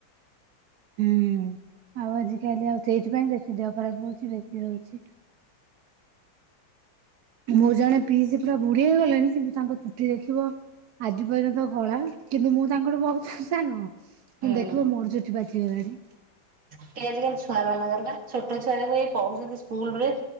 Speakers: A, on the right (about 70°); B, on the right (about 45°).
A: ହୁଁ ଆଉ ଆଜିିକାଲି ଆଉ ସେଇଥିପାଇଁ ବେଶୀ ଦେହ ଖରାପ ହଉଛି ବେଶୀ ହଉଛି। ମୁଁ ଜଣେ ପିଇ ସେ ପୁରା ବୁଢ ହେଇ ଗଲେଣି କିନ୍ତୁ ତାଙ୍କ ଚୁଟି ଦେଖିବ ଆଜି ପର୍ଯ୍ୟନ୍ତ କଳା କିନ୍ତୁ ମୁଁ ତାଙ୍କଠୁ ବହୁତ ଆ ସାନ କିନ୍ତୁ
B: ହୁଁ।
A: ଦେଖିବ ମୋର ଚୁଠ ବା <unintelligible>
B: ଆଜିକାଲି ଛୁଆମାନାନଙ୍କ ଦରକାର ଛୋଟ ଛୁଆ ଯାବ ଏଇ ପଢୁଛନ୍ତି ସ୍କୁଲ ରେ